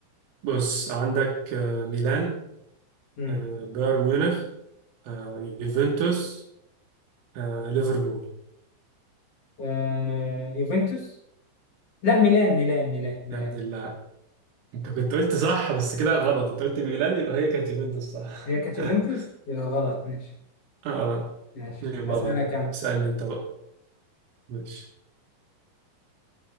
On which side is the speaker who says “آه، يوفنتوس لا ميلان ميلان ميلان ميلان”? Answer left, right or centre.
Left